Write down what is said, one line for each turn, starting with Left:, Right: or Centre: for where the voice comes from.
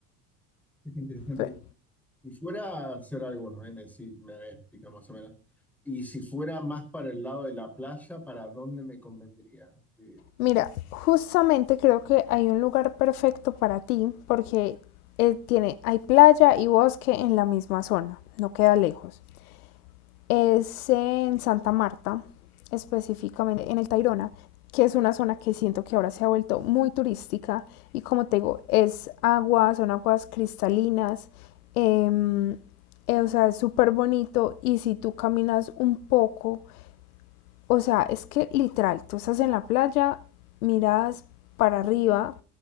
Centre: Sí, qué interesante.
Left: Pe-
Centre: Y fuera a hacer algo, ¿no? Ahí me, decí- me explica más o menos. Y si fuera más para el lado de la playa, ¿para dónde me convendría? Eh,
Left: Mira, justamente creo que hay un lugar perfecto para ti porque eh, tiene, hay playa y bosque en la misma zona, no queda lejos. es en Santa Marta, específicamente en el Tayrona, que es una zona que siento que ahora se ha vuelto muy turística y como te digo, es agua, son aguas cristalinas, eh, eh, o sea, es súper bonito y si tú caminas un poco, o sea, es que literal, tú estás en la playa, miras para arriba